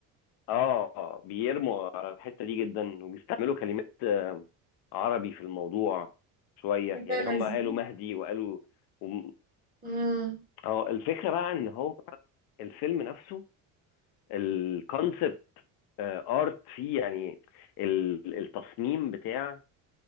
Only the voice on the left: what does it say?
اه بيرموا على الحتة دي جدا وبيستعملوا كلمات آه، عربي في الموضوع شوية
يعني
هم قالوا مهدي وقالوا وم-
اه الفكرة بقى ان هو الفيلم نفسه الكونسبت ارت فيه يعني ال- التصميم بتاع